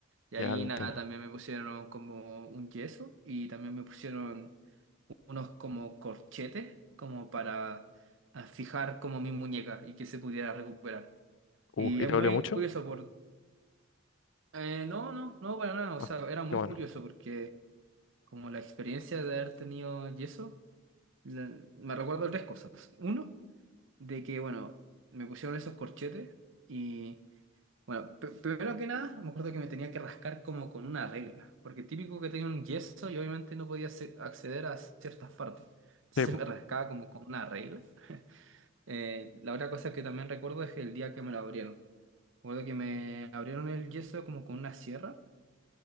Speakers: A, on the right; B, on the left.
A: Y
B: ya
A: ahí
B: te entiendo.
A: nada, también me pusieron como un yeso y también me pusieron unos como corchetes, como para ah, fijar como mi muñeca y que se pudiera recuperar.
B: Uh,
A: Y
B: ¿y
A: es
B: te
A: muy
B: dolió mucho?
A: curioso por... eh, no, no, no, para nada. O
B: Ah,
A: sea, era muy
B: qué bueno.
A: curioso porque como la experiencia de haber tenido yeso, la- me recuerdo tres cosas. Uno, de que, bueno, me pusieron esos corchetes y... Bueno, pr- primero que nada, me acuerdo que me tenía que rascar como con una regla, porque típico que tenía un yeso y obviamente no podía acce- acceder a ciertas partes. Entonces
B: Tebo,
A: me rascaba como con una regla Eh, la otra cosa que también recuerdo es el día que me lo abrieron. Recuerdo que me abrieron el yeso como con una sierra